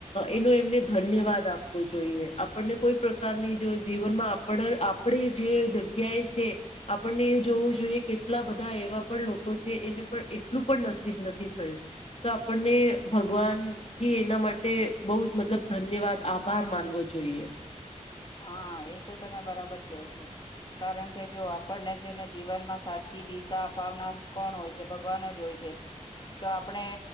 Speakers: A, on the left; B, on the left.
A: એનું એમને ધન્યવાદ આપવો જોઈએ. આપણને કોઈ પ્રકારની જો જીવનમાં આપ આપણે જે જગ્યાએ છે આપણને એ જોવું જોઈએ કેટલા બધા એવા પણ લોકો છે એને પણ એટલું પણ નસીબ નથી થયું તો આપણને ભગવાન થી એના માટે બહુ જ મતલબ ધન્યવાદ આભાર માનવો જોઈએ.
B: હા એ તો તમે બરાબર કહો છો કારણ કે જો આપણને જેને જીવનમાં સાચી દિશા અપાવનાર કોણ હોય છે ભગવાન જ હોય છે તો આપણે